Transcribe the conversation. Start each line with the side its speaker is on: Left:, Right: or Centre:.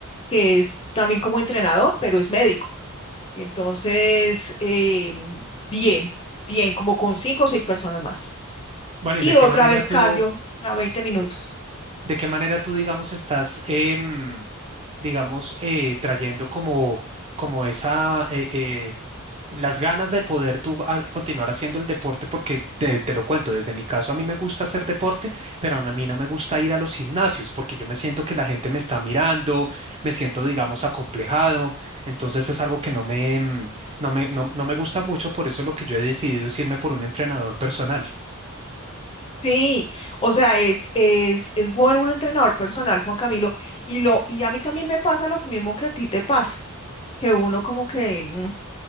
Left: que es también como entrenador, pero es médico. Y entonces, eh, bien, bien, como con cinco o seis personas más.
Right: Bueno,
Left: Y
Right: ¿y de qué
Left: otra
Right: manera
Left: vez
Right: tú,
Left: cardio, otra 20 minutos.
Right: ¿De qué manera tú, digamos, estás, em, digamos, eh, trayendo como, como esa, eh, eh, las ganas de poder tú ha- continuar haciendo el deporte? Porque te, te lo cuento, desde mi caso a mí me gusta hacer deporte, pero a mí no me gusta ir a los gimnasios porque yo me siento que la gente me está mirando, me siento, digamos, acomplejado. Entonces es algo que no me, em, no me, no no me gusta mucho, por eso lo que yo he decidido es irme por un entrenador personal.
Left: Sí, o sea, es, es, es bueno un entrenador personal, Juan Camilo, y lo, y a mí también me pasa lo mismo que a ti te pasa, que uno como que, mm,